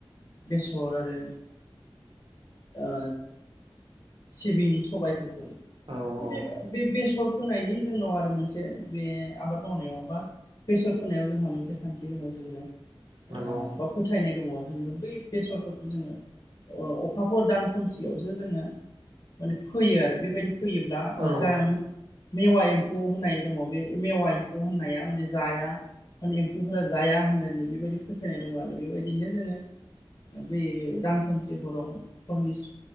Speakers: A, on the left; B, on the right.
A: बेसर आरो ओ सिबिं सबायफो माने
B: औ औ
A: बे बेसर फोनायनि जोंनाव आरो मोनसे बे आबाद मावनायाव बा बेसर फोनायाव जोंहा मोनसे खान्थि दङ जोङो ओ
B: नंगौ
A: बा फोथायनाय दङ जोङो बै बेसरफोरखौ जोङो ओ अखाफोर दान खोमसियावसो जोङो माने फोयो आरो बेबायदि फोयोब्ला
B: औ
A: जाहम मेवा एम्फौ होननाय दङ बे मेवा एम्फौ होननाया माने जाया माने एम्फौफोरा जाया होननानै बेबायदि फोथायनाय दङ आरो बेबायदिनो जोङो बे दानखोमसि हराव हरनिस